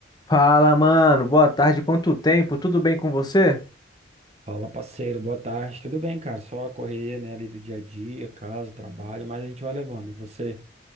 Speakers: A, on the left; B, on the right.
A: Fala, mano. Boa tarde. Quanto tempo? Tudo bem com você?
B: Fala, parceiro, boa tarde. Tudo bem, cara? Só a correria, né, ali do dia a dia, casa, trabalho, mas a gente vai levando. E você?